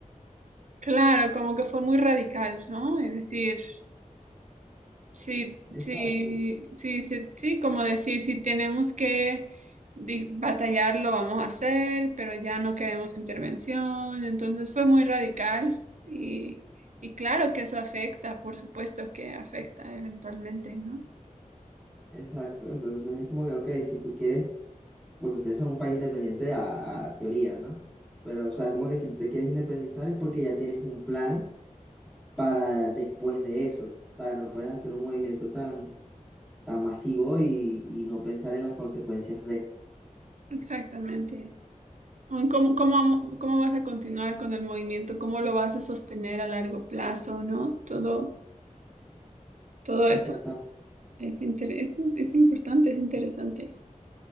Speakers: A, on the right; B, in the centre.
A: Claro, como que fue muy radical, ¿no? Es decir, sí,
B: Exacto,
A: sí, sí, sí, sí, como decir, si tenemos que di- batallar, lo vamos a hacer, pero ya no queremos intervención, entonces fue muy radical y, y claro que eso afecta, por supuesto que afecta eventualmente, ¿no?
B: exacto. Entonces es como que, ok, si tú quieres porque ustedes son un país independiente a, a teoría, ¿no? Pero, o sea, como que si tú te quieres independizar es porque ya tienes un plan para después de eso. O sea, no puedes hacer un movimiento tan, tan masivo y, y no pensar en las consecuencias de.
A: Exactamente. O en ¿Cómo, cómo, cómo vas a continuar con el movimiento? ¿Cómo lo vas a sostener a largo plazo, ¿no? Todo, todo
B: Exactamente.
A: eso es, inter- es, es importante, es interesante.